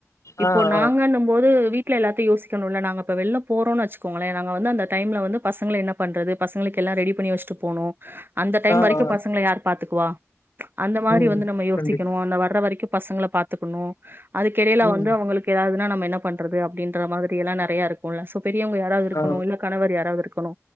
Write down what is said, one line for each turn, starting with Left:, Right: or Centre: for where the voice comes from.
Right: இப்போ
Left: ஆ
Right: நாங்கண்ணும்
Left: ஆ
Right: போது வீ ட்ல எல்லாத்தையு யோசிக்கனுல்ல நாங்க இப்ப வெள்ல போறோன் வச்கோங்களே நாங்க வந்து அந்த டைம்ல வந்து பசங்கள என்ன பண்றது பசங்களுக்கு எல்லா ரெடி பண்ணி வச்சுட்டு போனு அந்த டைம்
Left: ஆ ஆ.
Right: வரைக்கு பசங்கள யார் பாத்துக்குவா அந்த மாரி
Left: ம்.
Right: வந்து நம்ம யோசிக்கணு
Left: கண்டிப்பா.
Right: அந்த வர்ற வரைக்கு பசங்கள பாத்துக்குணு அதுக்கெடையில
Left: ம்.
Right: வந்து அவுங்களுக் கு எதாவுதுனா நம்ம என்ன பண்றது அப்டின்ற மாதிரி எல்லா நறையா இருக்குல சோ பெரியவுங்க யார் யாராவுது இருக்கணு
Left: ஆ.
Right: இல்ல கணவர் யாராவுது இருக்கணு